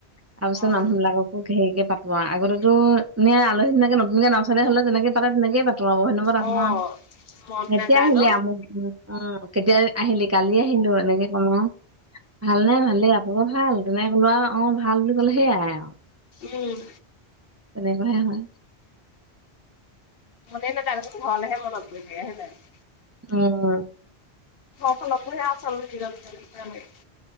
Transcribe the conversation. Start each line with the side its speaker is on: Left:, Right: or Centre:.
Right: তাৰপিছত
Left: অ',
Right: মানুহ বিলাকক ক হেৰিকে পাতো আও, আগতেটো এনে আলহী নিচিনাকে নতুনকে নছোৱালী হলে যেনেকে পাতে তেনেকেই পাতো। তোমাৰ বহু দিনৰ মুৰত আহোঁ
Left: অ',
Right: আও,
Left: মন
Right: কেতিয়া
Left: নাযায়
Right: আহিলি
Left: ন?
Right: অ কেতিয়া আহিলি কালি আহিলো এনেকে কম আও। ভালনে? ভালেই আপোনালোকৰ ভাল? তেনেকে কলো আও, অঁ ভাল বুলি ক'লে সেয়াই আও।
Left: উম।
Right: তেনেকুৱাহে হয়।
Left: মনে নাযায় তাৰপিছত ঘৰলেহে মনত পৰি থাকে, হয় নাই?
Right: উম।
Left: ঘৰখনৰটোহে আচল <unintelligible>